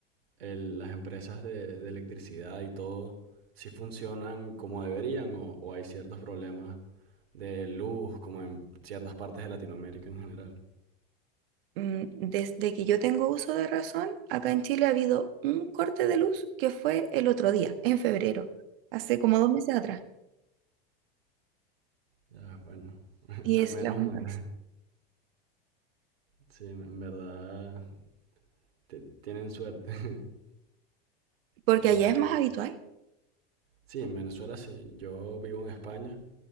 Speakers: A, on the right; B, on the right.
A: el- las empresas de, de electricidad y todo sí funcionan como deberían o, o hay ciertos problemas de luz como en ciertas partes de Latinoamérica en general.
B: Mm, Desde que yo tengo uso de razón, acá en Chile ha habido un corte de luz que fue el otro día, en febrero, hace como dos meses atrás,
A: Ya, bueno. <laughs>
B: y
A: Me-
B: es
A: menos
B: la única
A: mal.
B: vez.
A: <laughs> Sí, en verdad te- tienen suerte. <laughs>
B: Porque
A: Porque
B: allá es más habitual.
A: Sí, en Venezuela sí. Yo vivo en España